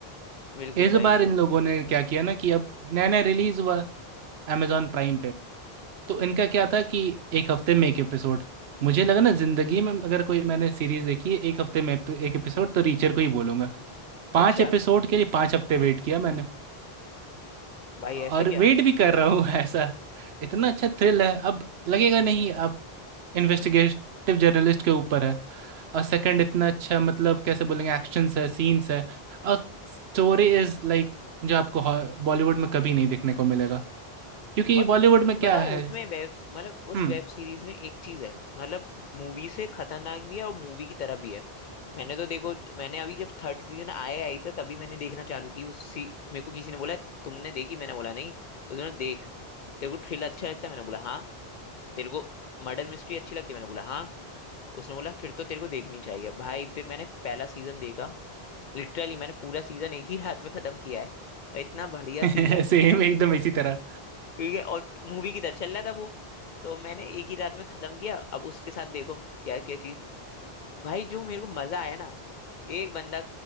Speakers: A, on the left (about 60°); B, on the right (about 75°).
A: बिल्कुल
B: इस
A: भाई
B: बार
A: बिल्कुल
B: इन लोगों ने क्या किया ना कि अब नया नया रिलीज हुआ amazon प्राइम पे तो इनका क्या था कि एक हफ्ते में एक एपिसोड मुझे लगा ना जिंदगी में अगर कोई मैंने सीरीज देखी है एक हफ्ते में एप- एक एपिसोड तो रीचर को ही बोलूंगा
A: <clears throat>
B: पांच
A: अच्छा
B: एपिसोड के लिए पांच हफ्ते वेट किया मैंने
A: भाई
B: और
A: ऐसा क्या
B: वेट भी कर रहा हूँ <laughs> ऐसा इतना अच्छा थ्रिल है अब लगेगा नहीं आप इन्वेस्टिगेटिव जर्नलिस्ट के ऊपर है और सेकंड इतना अच्छा मतलब कैसे बोलेंगे एक्शंस है सीन्स है और स्टोरी इज लाइक जो आपको बॉलीवुड में कभी नहीं देखने को मिलेगा क्योंकि
A: और
B: बॉलीवुड में क्या
A: बताऊं
B: है
A: उसमें वेब मतलब उस
B: हम्म
A: वेब सीरीज में एक चीज है मतलब मूवी से खतरनाक भी है और मूवी की तरह भी है मैंने तो देखो मैंने अभी जब थर्ड सीजन आया आई था तभी मैंने देखना चालू की उस सी मेरे को किसी ने बोला तुमने देखी मैंने बोला नहीं उसने बोला, देख तेरे को थ्रिलर अच्छा लगता है मैंने बोला हाँ तेरे को मर्डर मिस्ट्री अच्छी लगती है मैंने बोला हाँ उसने बोला फिर तो तेरे को देखनी चाहिए भाई फिर मैंने पहला सीजन देखा लिटरली मैंने पूरा सीजन एक ही रात में खत्म किया है और इतना बढ़िया
B: <laughs>
A: सीजन
B: सेम एकदम इसी तरह
A: ठीक है और मूवी की तरह चल रहा था वो तो मैंने एक ही रात में खत्म किया अब उसके साथ देखो क्या क्या चीज भाई जो मेरे को मजा आया ना एक बंदा